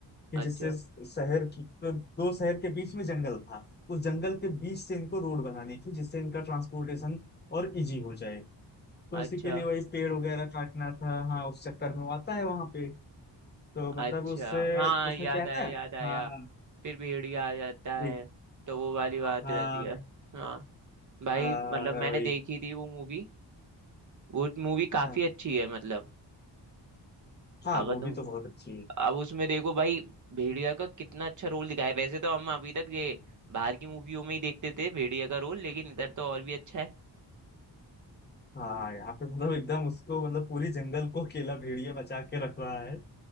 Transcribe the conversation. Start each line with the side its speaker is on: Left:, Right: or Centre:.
Left: कि जिससे
Right: अच्छा
Left: शहर की तो दो शहर के बीच में जंगल था उस जंगल के बीच से इनको रोड बनानी थी जिससे इनका ट्रांसपोर्टेशन और इजी हो जाए तो उसी
Right: अच्छा
Left: के लिए वही पेड़ वगैरह काटना था हाँ उस चक्कर में वो आता है वहां पे तो मतलब
Right: अच्छा
Left: उससे
Right: हाँ
Left: उसमें
Right: याद
Left: क्या है
Right: आया याद
Left: ना
Right: आया
Left: हाँ
Right: फिर भेड़िया आ जाता है
Left: एक-
Right: तो वो वाली बात
Left: हाँ
Right: रहती है हाँ भाई
Left: हाँ
Right: मतलब मैंने
Left: वही,
Right: देखी थी वो मूवी वो मूवी काफी
Left: हाँ
Right: अच्छी है मतलब
Left: हाँ
Right: अगर
Left: मूवी
Right: तुम
Left: तो बहुत अच्छी है
Right: अब उसमें देखो भाई भेड़िया का कितना अच्छा रोल दिखाया है। वैसे तो हम अभी तक ये बाहर की मूवियों में ही देखते थे भेड़िया का रोल लेकिन इधर तो और भी अच्छा है
Left: हाँ यहाँ पे मतलब एकदम उसको मतलब पूरी जंगल को अकेला भेड़िया बचा के रख रहा है